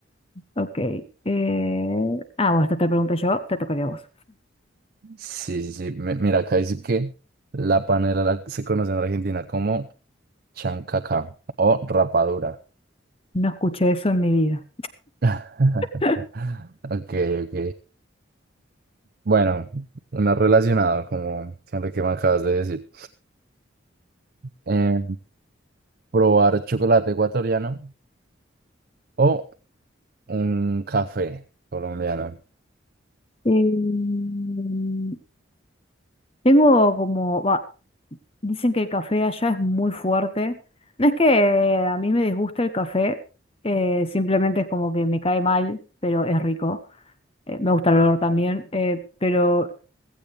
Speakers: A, on the left; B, on the right.
A: Ok. eh, Ah, bueno, esta te pregunté yo, te tocaría a vos.
B: Sí, sí, sí. mi- Mira, acá dice que la panela la- se conoce en Argentina como chancaca o rapadura.
A: No escuché eso en mi vida.
B: <laughs>
A: <laughs>
B: Ok, ok. Bueno, una relacionado como siempre que me acabas de decir. Eh, probar chocolate ecuatoriano. o un café colombiano.
A: Em, tengo como, va, dicen que el café allá es muy fuerte. No es que a mí me disguste el café, eh, simplemente es como que me cae mal, pero es rico. Eh, me gusta el olor también, eh, pero